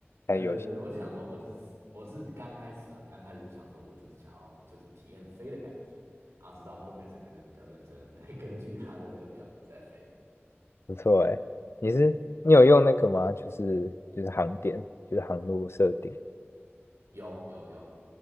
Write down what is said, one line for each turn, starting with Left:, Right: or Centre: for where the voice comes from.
Left: 还有些
Right: 对对对，我就想说，我就是我是刚开始啦，刚开始就想说我就是想要就是体验飞的感觉，然后直到后面才开始比较认真的 <laughs> 根据他的这个表在飞。
Left: 不错哎。你是你有用那个吗？就是就是航点，就是航路设定。
Right: 有有有，